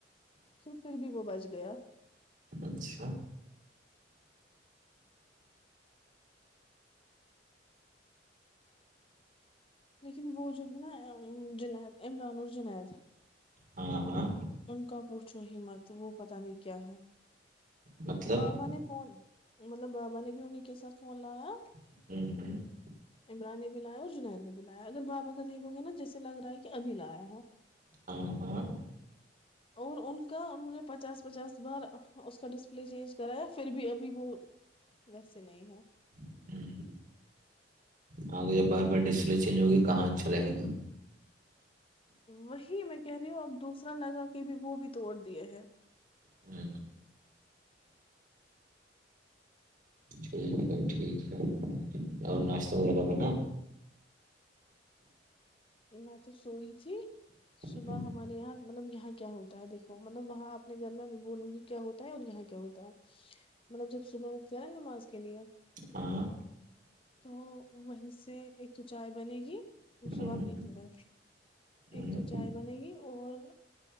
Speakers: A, on the left (about 30°); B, on the right (about 50°).
A: پھر بھی وہ بچ گیا
B: اچھا
A: لیکن وہ جو ہے نا جنید عمران اور جنید
B: ہاں ہاں
A: ان کا پوچھو ہممت وہ پتا نہیں کیا ہے
B: مطلب
A: بابا نے فون مطلب بابا نے بھی انہیں کے ساتھ فون لایا
B: <unintelligible>
A: عمران نے بھی لایا اور جنید نے بھی لایا اگر بابا کاتیک گے نا جیسے لگ رہا ہے کہ ابھی لایا ہے
B: ہاں ہاں
A: اور ان کا انہوں نے پچاس پچاس بار اس کا ڈسپلے چینج کرایا پھر بھی ابھی وہ ویسے نہیں ہے
B: ہوں ہاں بار بار ڈسپلے چینج ہوگی کہاں اچھا رہے گا
A: وہی میں کہہ رہی ہوں اب دوسرا لگا کہ بھی وہ بھی توڑ دیا ہیں
B: ہ ٹھیک ٹھیک ہے اور ناشتہ وغیرہ بھی نا
A: یہ م تو سوئی تھی صبح
B: ہوں،
A: ہمارے یہاں مطلب یہاں کیا ہوتا ہے دیکھو مطلب وہاں اپنے گھر میں میں بولوں گی کیا ہوتا ہے اور یہاں کیا ہوتا ہے مطلب جب صبح اٹتے ہیں نا نماز کے لیے
B: ہاں
A: تو وہیں سے ایک چائے بنے گی جو صبح
B: ہوں
A: پیتی کدا
B: ہوں
A: ایک تو چائے بنے گی اور